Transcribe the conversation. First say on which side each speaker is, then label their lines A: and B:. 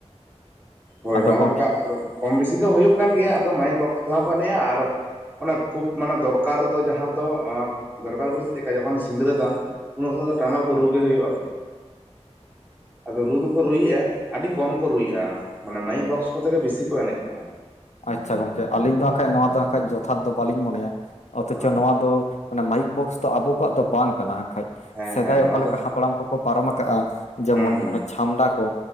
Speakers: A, on the right; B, on the left.
A: ᱦᱳᱭ
B: ᱟᱫᱚ
A: ᱦᱚᱸᱜ-ᱚᱝᱠᱟ
B: ᱜᱚᱢᱠᱮ
A: ᱟᱫᱚ ᱠᱚᱢ ᱵᱮᱥᱤ ᱫᱚ ᱦᱩᱭᱩᱜ ᱠᱟᱱ ᱜᱮᱭᱟ ᱟᱫᱚ ᱢᱟᱭᱤᱠ ᱵᱚᱠᱥ ᱛᱮᱦᱚᱸ ᱠᱚ ᱮᱱᱮᱡ-ᱟ ᱟᱨ ᱚᱱᱮ ᱠᱷᱩᱵ ᱢᱟᱱᱮ ᱫᱚᱨᱠᱟᱨ ᱫᱚ ᱡᱟᱦᱟᱸ ᱨᱮᱫᱚ ᱫᱚᱨᱠᱟᱨ ᱵᱚᱞᱛᱮ ᱪᱮᱜᱠᱟ ᱡᱚᱠᱷᱚᱱ ᱥᱤᱸᱫᱨᱟᱹᱫᱟᱱ ᱩᱱ ᱚᱠᱛᱚ ᱫᱚ ᱴᱟᱢᱟᱠ ᱫᱚ ᱨᱩᱜᱮ ᱦᱩᱭᱩᱜ-ᱟ᱾ ᱟᱫᱚ ᱨᱩ ᱫᱚᱠᱚ ᱨᱩᱭᱮᱜ-ᱟ, ᱟᱹᱰᱤ ᱠᱚᱢ ᱠᱚ ᱨᱩᱭᱮᱜ-ᱟ᱾ ᱢᱟᱱᱮ ᱢᱟᱭᱤᱠ ᱵᱚᱠᱥ ᱠᱚᱛᱮ ᱜᱮ ᱵᱤᱥᱤ ᱠᱚ ᱮᱱᱮᱡ ᱠᱟᱱᱟ᱾
B: ᱟᱪᱪᱷᱟ ᱜᱚᱝᱠᱮ ᱟᱹᱞᱤᱧ ᱫᱚ ᱦᱟᱸᱜ ᱠᱷᱟᱡ ᱱᱚᱣᱟ ᱫᱚ ᱦᱟᱸᱜ ᱠᱷᱟᱡ ᱡᱚᱛᱷᱟᱛ ᱫᱚ ᱵᱟᱹᱞᱤᱧ ᱢᱚᱱᱮᱭᱟ᱾ ᱚᱛᱷᱚᱪᱚ
A: ᱦᱮᱸ
B: ᱱᱚᱣᱟ ᱫᱚ ᱢᱟᱱᱮ ᱢᱟᱭᱤᱠ ᱵᱚᱠᱥ ᱫᱚ ᱟᱵᱚ ᱠᱚᱣᱟᱜ ᱫᱚ ᱵᱟᱝ ᱠᱟᱱᱟ ᱦᱟᱸᱜ ᱠᱷᱟᱡ᱾
A: ᱦᱮᱸ
B: ᱥᱮᱫᱟᱭ
A: ᱦᱮᱸ
B: ᱚᱠᱟ
A: ᱱᱚᱣᱟ
B: ᱞᱮᱠᱟ
A: ᱫᱚ
B: ᱦᱟᱯᱲᱟᱢ ᱠᱚᱠᱚ ᱯᱟᱨᱚᱢ ᱟᱠᱟᱜ-ᱟ ᱡᱮᱢᱚᱱ
A: ᱦᱩᱸ ᱦᱩᱸ
B: ᱚᱱᱟ ᱪᱷᱟᱢᱰᱟ ᱠᱚ᱾